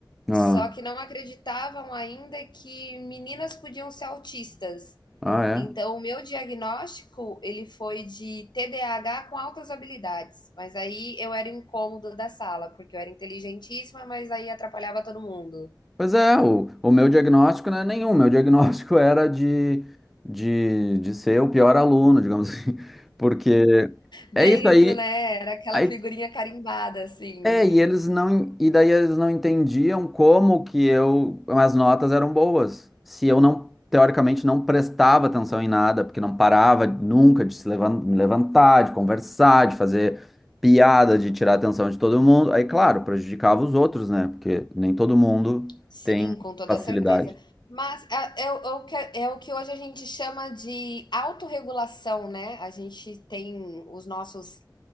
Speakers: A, on the left; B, in the centre.
A: só
B: Ah.
A: que não acreditavam ainda que meninas podiam ser autistas.
B: Ah, é?
A: Então, o meu diagnóstico, ele foi de TDAH com altas habilidades, mas aí eu era o incômodo da sala, porque eu era inteligentíssima, mas aí atrapalhava todo mundo.
B: Pois é, o, o meu diagnóstico não é nenhum. Meu diagnóstico <laughs> era de, de, de ser o pior aluno, digamos assim. Porque
A: Bem
B: é isso aí.
A: isso, né? Era aquela
B: Aí
A: figurinha carimbada, assim.
B: É, e eles não, e daí eles não entendiam como que eu, as notas eram boas. Se eu não, teoricamente, não prestava atenção em nada, porque não parava nunca de se levan- me levantar, de conversar, de fazer piada, de tirar a atenção de todo mundo. Aí, claro, prejudicava os outros, né? Porque nem todo mundo
A: Sim,
B: tem
A: com toda
B: facilidade.
A: certeza. Mas é, é o é o que, é o que hoje a gente chama de autorregulação, né? A gente tem os nossos